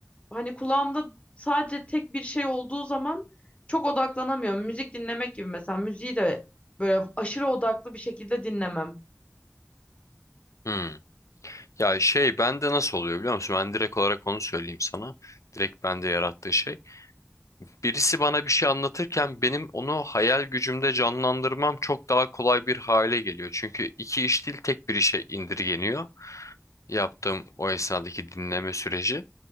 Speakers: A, on the left (about 25°); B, on the left (about 85°).
A: hani kulağımda sadece tek bir şey olduğu zaman çok odaklanamıyorum. Müzik dinlemek gibi mesela müziği de böyle aşırı odaklı bir şekilde dinlemem.
B: Hmm. Ya şey bende nasıl oluyor biliyor musun? Ben direkt olarak onu söyleyeyim sana. Direkt bende yarattığı şey. Birisi bana bir şey anlatırken benim onu hayal gücümde canlandırmam çok daha kolay bir hale geliyor. Çünkü iki iş değil tek bir işe indirgeniyor. Yaptığım o esnadaki dinleme süreci.